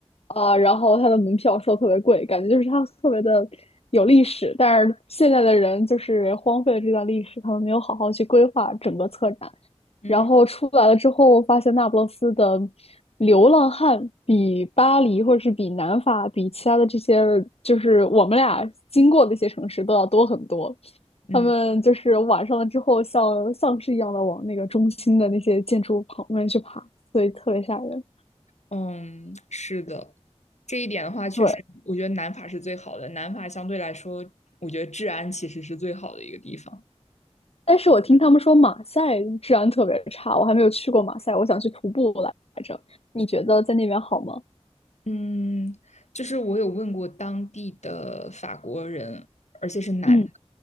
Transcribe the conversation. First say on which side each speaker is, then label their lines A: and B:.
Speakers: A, on the left; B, on the left.
A: 啊，然后它的门票收特别贵，感觉就是它特别的有历史，但是现在的人就是荒废了这段历史，他们没有好好去规划整个策展，
B: 嗯
A: 然后出来了之后，发现那不勒斯的流浪汉比巴黎或者是比南法、比其他的这些，就是我们俩经过的一些城市都要多很多。
B: 嗯
A: 他们就是晚上了之后像，像丧尸一样的往那个中心的那些建筑旁边去爬，所以特别吓人。
B: 嗯，是的，这一点的话，确实，
A: 对，
B: 我觉得南法是最好的。南法相对来说，我觉得治安其实是最好的一个地方。
A: 但是我听他们说马赛治安特别差，我还没有去过马赛，我想去徒步来着。你觉得在那边好吗？
B: 嗯，就是我有问过当地的法国人，而且是男的，
A: 嗯